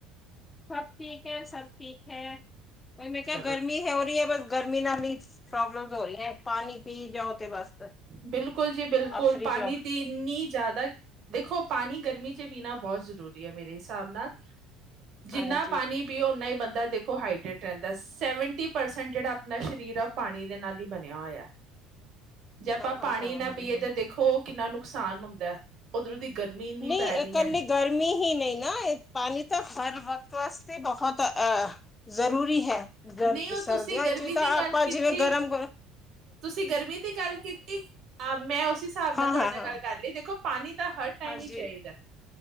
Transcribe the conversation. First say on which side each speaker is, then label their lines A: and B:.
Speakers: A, on the left; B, on the right.
A: ਸਭ ਠੀਕ ਹੈ ਸਭ ਠੀਕ ਹੈ। ਉਹ ਮੈਂ ਕਿਆ
B: ਚਲੋ
A: ਗਰਮੀ ਹੈ ਹੋ ਰਹੀ ਹੈ ਬਸ ਗਰਮੀ ਨਾ ਨਹੀਂ ਪ੍ਰੋਬਲਮਜ ਹੋ ਰਹੀਆਂ। ਪਾਣੀ ਪੀ ਜਾਓ ਤੇ ਬਸ
B: ਬਿਲਕੁਲ ਜੀ ਬਿਲਕੁਲ
A: ਆਫਰੀ
B: ਪਾਣੀ
A: ਜਾਓ
B: ਤੇ ਇੰਨੀ ਜ਼ਿਆਦਾ ਦੇਖੋ ਪਾਣੀ ਗਰਮੀ ਚ ਪੀਣਾ ਬਹੁਤ ਜ਼ਰੂਰੀ ਹੈ ਮੇਰੇ ਹਿਸਾਬ ਨਾਲ ਜਿੰਨਾ
A: ਹਾਂਜੀ
B: ਪਾਣੀ ਪੀਓ। ਓਨਾ ਹੀ ਬੰਦਾ ਦੇਖੋ ਹਾਡਟ ਰਹਿੰਦਾ। ਸੈਵਨਟੀ ਪਰਸੈਂਟ ਜਿਹੜਾ ਆਪਣਾ ਸਰੀਰ ਆ। ਪਾਣੀ ਦੇ ਨਾਲ ਹੀ ਬਣਿਆ ਹੋਇਆ। ਜੇ ਆਪਾਂ
A: ਹਾਂ ਹਾਂ
B: ਪਾਣੀ
A: ਹਾਂ
B: ਨਾ
A: ਹਾਂ
B: ਪੀਏ
A: ਹਾਂ
B: ਤਾਂ ਦੇਖੋ ਕਿੰਨਾ ਨੁਕਸਾਨ ਹੁੰਦਾ ਉੱਧਰੋਂ ਦੀ ਗਰਮੀ ਇੰਨੀ
A: ਨਹੀਂ
B: ਪੈ ਰਹੀ
A: ਇਕੱਲੀ
B: ਹੈ
A: ਗਰਮੀ ਹੀ ਨਹੀਂ। ਨਾ ਪਾਣੀ ਤਾਂ ਹਰ ਵਕਤ ਵਸ ਬਹੁਤ ਜ਼ਰੂਰੀ ਹੈ। ਗਰਦ
B: ਨਹੀਂ ਉਹ
A: ਸਰਦੀਆਂ
B: ਤੁਸੀਂ ਗਰਮੀ
A: ਵਿੱਚ ਵੀ ਤਾਂ
B: ਦੀ ਗੱਲ
A: ਆਪਾਂ
B: ਕੀਤੀ
A: ਜਿਵੇਂ ਗਰਮ ਕਰ
B: ਤੁਸੀਂ ਗਰਮੀ ਦੀ ਗੱਲ ਕੀਤੀ। ਹਾਂ ਮੈਂ ਉਸ ਹਿਸਾਬ ਨਾਲ
A: ਹਾਂ
B: ਤੁਹਾਡੇ
A: ਹਾਂ
B: ਨਾਲ
A: ਹਾਂ
B: ਗੱਲ ਕਰ ਲਈ ਦੇ ਪਾਣੀ। ਤਾਂ ਹਰ ਟਾਈਮ
A: ਹਾਂਜੀ
B: ਹੀ ਚਾਹੀਦਾ।